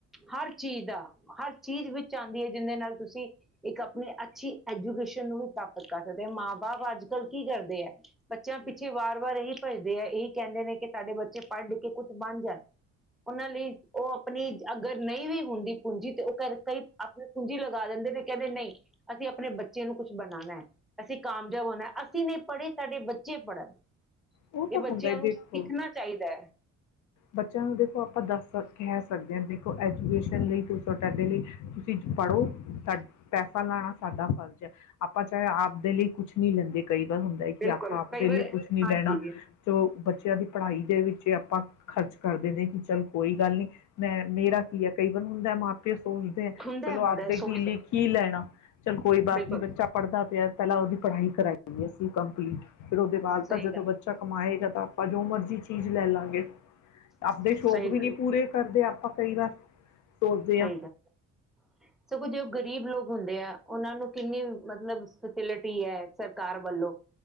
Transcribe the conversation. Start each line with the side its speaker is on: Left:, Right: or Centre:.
Centre: ਹਰ ਚੀ ਚੀਜ਼ ਦਾ ਹਰ ਚੀਜ਼ ਵਿੱਚ ਆਉਂਦੀ ਹੈ ਜਿਹਦੇ ਨਾਲ ਤੁਸੀਂ ਇੱਕ ਆਪਣੀ ਅੱਛੀ ਐਜੂਕੇਸ਼ਨ ਨੂੰ ਵੀ ਪ੍ਰਾਪਤ ਕਰ ਸਕਦੇ ਹੋ ਮਾਂ ਬਾਪ ਅੱਜ- ਕੱਲ੍ਹ ਕੀ ਕਰਦੇ ਐ, ਬੱਚਿਆਂ ਪਿੱਛੇ ਵਾਰ-ਵਾਰ ਇਹੀ ਭਜ ਦੇ ਹਾ ਈ ਕਹਿੰਦੇ ਨੇ ਕਿ ਸਾਡੇ ਬੱਚੇ ਪੜ੍ਹ ਲਿਖ ਕੇ ਕੁਛ ਬਣ ਜਾਣ। ਉਹਨਾਂ ਲਈ, ਉਹ ਆਪਣੀ ਅਗਰ ਨਹੀਂ ਵੀ ਹੁੰਦੀ ਪੂੰਜੀ ਤੇ ਉਹ ਕਰ ਕਈ ਆਪਣੀ ਪੂੰਜੀ ਲਗਾ ਦਿੰਦੇ ਨੇ ਕਹਿੰਦੇ ਨਹੀਂ, ਅਸੀਂ ਆਪਣੇ ਬੱਚੇ ਨੂੰ ਕੁਛ ਬਣਾਉਣਾ ਹੈ ਅਸੀਂ ਕਾਮਯਾਬ ਹੋਣਾ ਅਸੀਂ ਨਹੀਂ ਪੜ੍ਹੇ ਸਾਡੇ ਬੱਚੇ ਪੜ੍ਹਨ
Left: ਉਹ
Centre: ਇਹ
Left: ਤਾਂ
Centre: ਬੱਚਿਆਂ
Left: ਹੁੰਦਾ ਏ
Centre: ਨੂੰ
Left: ਦੇਖੋ,
Centre: ਸਿੱਖਣਾ ਚਾਹੀਦਾ ਹੈ
Left: ਬੱਚਿਆਂ ਨੂੰ ਦੇਖੋ ਆਪਾਂ ਦੱਸ ਸਕਦੇ ਕਹਿ ਸਕਦੇ ਯਰ ਦੇਖੋ ਐਜੂਕੇਸ਼ਨ ਲਈ ਤੁ ਤੁਹਾਡੇ ਲਈ ਤੁਸੀਂ ਪੜ੍ਹੋ ਤ ਪੈਸਾ ਲਾਉਣਾ ਸਾਡਾ ਫਰਜ਼ ਹੈ। ਆਪਾਂ ਚਾਹੇ ਆਪਦੇ ਲਈ ਕੁਛ ਨਹੀਂ ਲੈਂਦੇ ਕਈ ਵਾਰ ਹੁੰਦਾ ਹੈ ਕਿ
Centre: ਬਿਲਕੁਲ
Left: ਆਪਾਂ ਆਪਦੇ
Centre: ਕਈ ਵਾਰ
Left: ਲਈ ਕੁਛ ਨੀ
Centre: ਹਾਂਜੀ
Left: ਲੈਣਾ ਜੋ ਬੱਚਿਆਂ ਦੀ ਪੜ੍ਹਾਈ ਦੇ ਵਿੱਚ ਆਪਾਂ ਖਰਚ ਕਰਦੇ ਨੇ ਕਿ ਚੱਲ ਕੋਈ ਗੱਲ ਨਹੀਂ ਮੈਂ ਮੇਰਾ ਕੀ ਹੈ ਕਈ ਹੁੰਦਾ ਮਾਂ ਪਿਓ ਸੋਚਦੇ ਹ
Centre: ਹੁੰਦਾ
Left: ਚਲੋ
Centre: ਹੈ,
Left: ਆਪਦੇ
Centre: ਹੁੰਦਾ ਹੈ, ਸੋਚਦੇ
Left: ਕਿ ਲਈ ਕੀ ਲੈਣਾ ਚਲ ਕੋਈ ਬਾਤ
Centre: ਬਿਲਕੁਲ
Left: ਨੀ ਬੱਚਾ ਪੜ੍ਹਦਾ ਪਹਿਲਾਂ ਉਹਦੀ ਪੜ੍ਹਾਈ ਕਰਾਈਏ ਅਸੀਂ ਕੰਪਲੀਟ ਫੇਰ ਉਹਦੇ ਬਾਦ
Centre: ਸਹੀ
Left: ਤਾਂ ਜਦੋਂ
Centre: ਗੱਲ
Left: ਬੱਚ ਕਮਾਏਗਾ ਤਾਂ ਆਪਾਂ ਜੋ ਮਰਜੀ ਚੀਜ਼ ਲੈ ਲਾਂਗੇ ਆਪਦੇ ਸ਼ੌਕ
Centre: ਸਹੀ
Left: ਵੀ
Centre: ਗੱਲ
Left: ਨੀ ਪੂਰੇ ਕਰਦੇ ਆਪਾਂ ਕਈ ਵਾਰ ਸੋਚਦੇ
Centre: ਸਹੀ
Left: ਹਾਂ
Centre: ਗੱਲ ਹੈ, ਸਗੋਂ ਜ ਗ਼ਰੀਬ ਲੋਕ ਹੁੰਦੇ ਆ ਉਹਨਾਂ ਨੂੰ ਕਿੰਨੀ ਮਤਲਬ ਫੈਸਿਲਿਟੀ ਹੈ ਸਰਕਾਰ ਵੱਲੋਂ